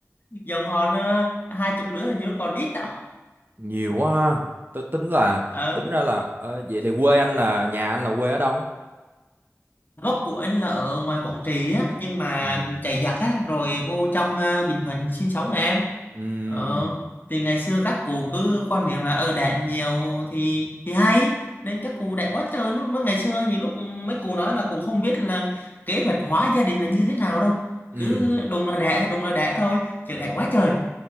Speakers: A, on the left; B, on the right.
A: dòng họ nó hai chục đứa là như còn ít đó
B: nhiều quá ha. Tôi tính là
A: ở
B: tính ra là ờ, vậy thì quê anh là nhà anh là quê ở đâu?
A: gốc của anh là ở ngoài Quảng Trị á nhưng mà
B: Ừm.
A: chạy giặc á rồi vô trong ờ, Bình Thuận sinh sống nè em
B: Ừm,
A: Ờ, thì ngày xưa các cụ cứ quan niệm là ở đẻ nhiều thì thì hay nên các cụ đẻ quá trời lúc mới ngày xưa nhiều lúc mấy cụ nói là cũng không biết là kế hoạch hóa gia đình là như thế nào đâu
B: ừm,
A: cứ đùng là đẻ đùng là đẻ thôi chờ đẻ quá trời